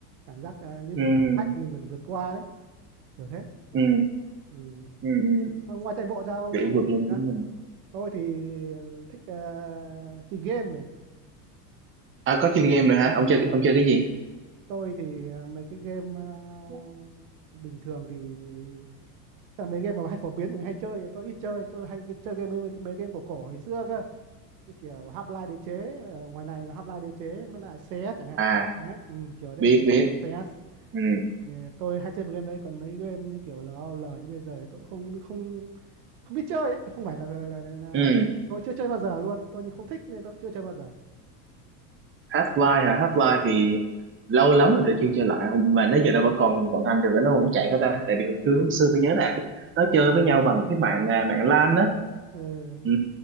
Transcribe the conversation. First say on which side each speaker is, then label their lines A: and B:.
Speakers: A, on the right (about 70°); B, on the right (about 25°).
A: cảm giác ờ, như
B: ừ
A: một cái thử thách mình mình vượt qua đấy kiểu thế
B: ừ
A: ừ.
B: ừ ừ
A: Mà ngoài chạy bộ ra ông
B: kiểu vượt
A: thích
B: lên
A: gì nữa
B: chính mình
A: tôi thì ờ, thích ờ, chơi game này.
B: à có chơi game rồi hả ông chơi
A: Ờ,
B: ông chơi cái gì
A: tôi thì à, mấy cái game à, bình thường thì, thì tức là mấy game mà hay phổ biến mọi người hay chơi thì tôi ít chơi tôi hay cái- chơi game mấy, mấy, mấy game cổ cổ hồi xưa cơ như kiểu Half-Life đế chế ở ngoài này có Half-Life đế chế mới lại CS chẳng hạn
B: à
A: Đấy, ừ, kiểu đấy
B: biết biết
A: CS
B: ừ
A: Thì tôi hay chơi mấy game đấy còn mấy game như kiểu LOL như bây giờ thì tôi không không không biết chơi ấy. không phải là, là, là, là
B: ừ
A: tôi chưa chơi bao giờ luôn tôi không thích nên tôi chưa chơi bao giờ
B: Half-Life hả Half-Life thì lâu lắm rồi tôi chưa chơi lại không mà đến giờ nó vẫn còn vận hành được nó vẫn chạy hết ta tại vì hồi trước hồi xưa tôi nhớ là nó chơi với nhau bằng cái mạng à, mạng LAN á
A: ừ,
B: ừ.